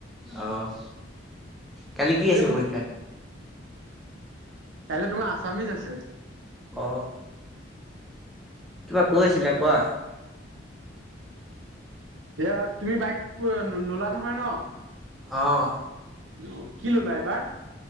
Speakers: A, in the centre; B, on the right.
A: অ', কালি কি
B: পিছে
A: আছে পৰীক্ষা?
B: কাইলে তোমাৰ আছামিজ আছে।
A: অ'। কিবা কৈ আছিলা কোৱা।
B: এয়া, তুমি বাইক ললা নহয় ন?
A: অ'।
B: অ', কি ললা এইবাৰ?